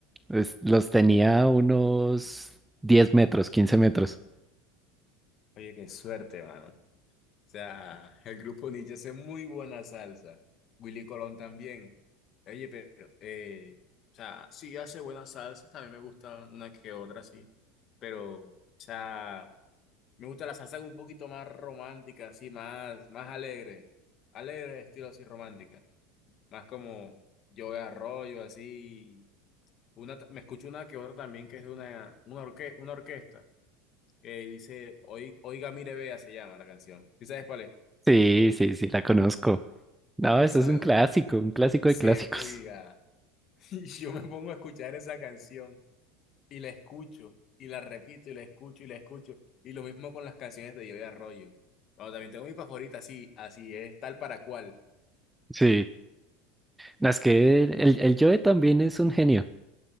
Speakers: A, in the centre; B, on the left.
A: Es- los tenía a unos 10 metros, 15 metros.
B: Oye, qué suerte, mano. O sea, <laughs> el grupo Nietzsche hace muy buena salsa. Willy Colón también. Oye, pero, eh, o sea, sí hace buenas salsas, también me gustan una que otra, sí. Pero, o sea, Me gusta la salsa un poquito más romántica, así, más, más alegre. Alegre, estilo así romántica. Más como yo de arroyo, así. Una, t- me escucho una que otra también que es de una, una, orque- una orquesta que dice, "Oi- Oiga, mire, vea, se llama la canción. ¿Y sabes cuál es?
A: Sí, sí, sí, la conozco. No,
B: Esa
A: eso es
B: me
A: un clásico,
B: gusta.
A: un clásico
B: Sí,
A: de clásicos.
B: oiga. <laughs> Y yo me pongo a escuchar esa canción y la escucho y la repito y la escucho y la escucho. Y lo mismo con las canciones de yo de arroyo. Bueno, también tengo mi favorita, así, así es tal para cual.
A: Sí, No, Es que el, el, Joe también es un genio.